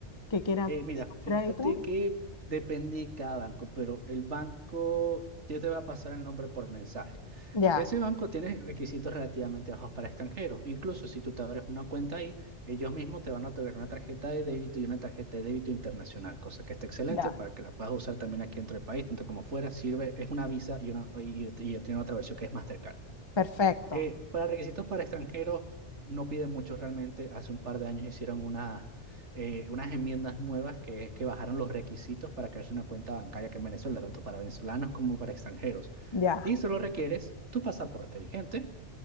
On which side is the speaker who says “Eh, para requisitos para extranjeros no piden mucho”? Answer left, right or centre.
Right